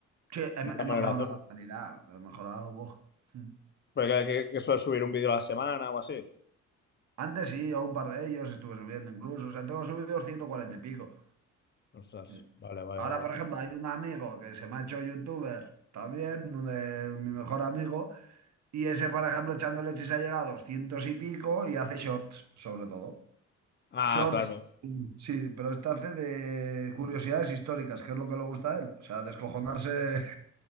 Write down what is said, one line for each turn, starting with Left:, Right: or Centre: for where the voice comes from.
Right: Sí, he,
Left: es
Right: me-
Left: la
Right: he
Left: manera
Right: mejorado
Left: de hacerlo.
Right: una barbaridad, he mejorado. buah. Mm.
Left: Porque que, que suele subir un vídeo a la semana o así.
Right: Antes sí, a un par de ellos estuve subiendo incluso, o sea, tengo subidos 140 y pico.
Left: Ostras,
Right: Sí.
Left: vale, vale,
Right: Ahora,
Left: vale.
Right: por ejemplo, hay un amigo que se me ha hecho youtuber también, un de- mi mejor amigo, y ese, por ejemplo, echando leches ha llegado a 200 y pico y hace shorts, sobre todo.
Left: Ah,
Right: Shorts,
Left: claro.
Right: sí, pero este hace de curiosidades históricas, que es lo que le gusta a él, o sea, descojonarse.